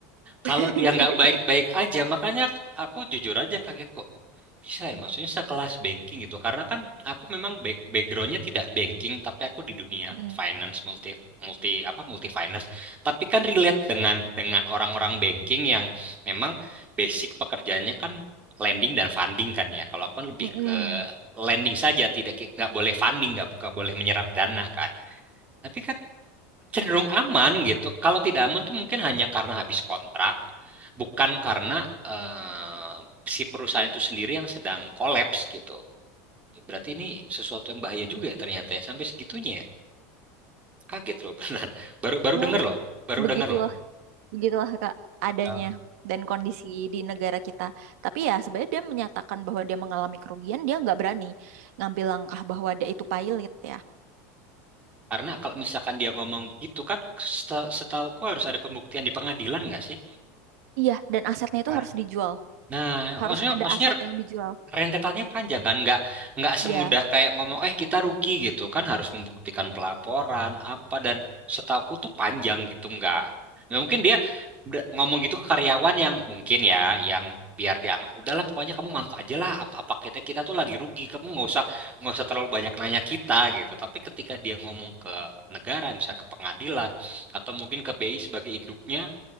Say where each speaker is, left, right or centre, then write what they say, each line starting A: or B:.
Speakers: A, on the right (about 75°); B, on the right (about 15°).
A: <laughs>
B: Kalau dia nggak baik-baik aja, makanya aku, aku jujur aja kaget kok. Bisa ya, maksudnya sekelas banking gitu. Karena kan aku memang back- backgroundnya tidak banking, tapi aku di dunia
A: Mm.
B: finance multi multi apa multi finance. Tapi kan relate dengan dengan orang-orang banking yang memang basic pekerjaannya kan lending dan funding kan ya. Kalau aku kan lebih
A: Mm-mm.
B: ke lending saja, tidak nggak boleh funding, nggak nggak boleh menyerap dana kan. Tapi cenderung aman gitu. Kalau tidak aman tuh mungkin hanya karena habis kontrak, bukan karena eh, si perusahaan itu sendiri yang sedang kolaps gitu. Berarti ini sesuatu yang bahaya juga ya ternyata ya sampai segitunya. ya. Kaget loh <laughs> beneran. Baru baru
A: ya
B: denger loh, baru
A: begitulah
B: denger loh.
A: begitulah kak adanya
B: Ya,
A: dan kondisi di negara kita tapi ya sebenarnya dia menyatakan bahwa dia mengalami kerugian dia nggak berani ngambil langkah bahwa dia itu pailit ya
B: Karena kalau misalkan dia ngomong begitu kan seta- setahuku harus ada pembuktian di pengadilan nggak sih?
A: iya dan asetnya itu
B: Nah,
A: harus dijual
B: Nah,
A: harus
B: maksudnya
A: ada
B: maksudnya
A: aset yang dijual
B: rentetannya panjang kan nggak nggak semudah
A: Iya
B: kayak ngomong eh kita rugi gitu kan harus membuktikan pelaporan apa dan setauku tuh panjang gitu nggak nggak mungkin dia ber- ngomong gitu ke karyawan yang mungkin ya yang biar dianggap udahlah pokoknya kamu manut aja lah apa, apa kita kita tuh lagi rugi kamu nggak usah nggak usah terlalu banyak nanya kita gitu tapi ketika dia ngomong ke negara misalnya ke pengadilan atau mungkin ke BI sebagai induknya